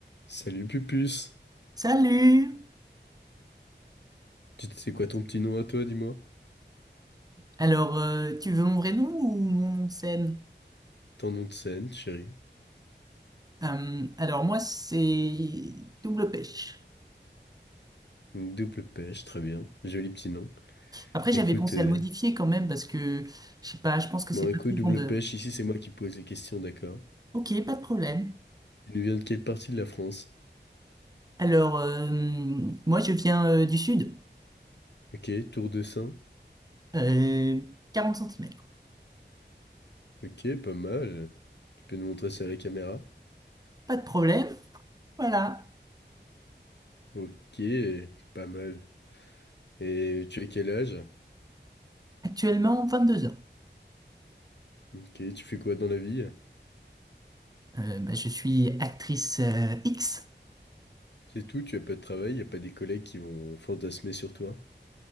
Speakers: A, on the left; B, on the right.
A: Salut Pupus,
B: Salut!
A: tu sais quoi ton petit nom à toi, dis-moi?
B: Alors, euh, tu veux mon vrai nom ou mon nom de scène?
A: Ton nom de scène, chérie.
B: Euh, alors, moi, c'est Double Pêche.
A: Une double pêche, très bien. Joli petit nom.
B: Après, j'avais
A: Écoute,
B: pensé
A: euh,
B: à le modifier quand même parce que, je sais pas, je pense que c'est
A: bon
B: pas
A: écoute,
B: très
A: double
B: vendeur.
A: pêche, ici c'est moi qui pose les questions, d'accord?
B: Ok, pas de problème.
A: Tu nous viens de quelle partie de la France?
B: Alors, euh, moi, je viens euh, du sud.
A: Ok, Tour de Saint.
B: Euh, 40 cm.
A: Ok, pas mal. Tu peux nous montrer ça à la caméra?
B: Pas de problème. Voilà.
A: Ok, pas mal. Et tu as quel âge?
B: Actuellement, 22 ans.
A: Ok, tu fais quoi dans la vie?
B: Euh, bah, je suis actrice euh, X.
A: C'est tout, tu as pas de travail, y a pas des collègues qui vont fantasmer sur toi?